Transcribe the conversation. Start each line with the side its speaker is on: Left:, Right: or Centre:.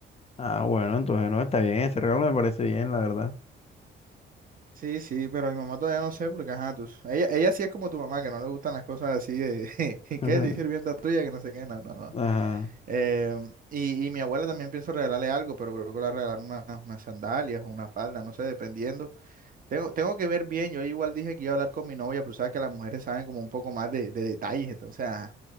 Left: ah, bueno, entonces no, está bien, ese regalo me parece bien, la verdad.
Right: Sí, sí, pero a mi mamá todavía no sé porque, ajá, tú, ella, ella sí es como tu mamá, que no le gustan las cosas así de, <laughs>
Left: <laughs>
Right: ¿y ¿qué? Soy sirvienta tuya, que no sé qué, no, no, no.
Left: Ajá,
Right: Eh, y, y mi abuela también pienso regalarle algo, pero creo que le voy a regalar una- unas sandalias o una falda, no sé, dependiendo. Tengo, tengo que ver bien, yo igual dije que iba a hablar con mi novia, pero sabes que las mujeres saben como un poco más de, de detalles, entonces, ajá.